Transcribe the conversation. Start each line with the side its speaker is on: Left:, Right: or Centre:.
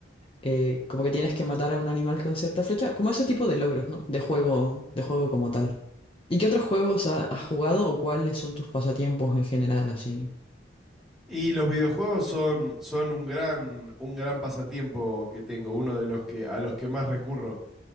Left: Eh, como que tienes que matar a un animal con cierta flecha, como ese tipo de logros, ¿no? De juego, de juego como tal. ¿Y qué otros juegos ha- has jugado o cuáles son tus pasatiempos en general, así?
Centre: Y los videojuegos son, son un gran, un gran pasatiempo que tengo, uno de los que, a los que más recurro.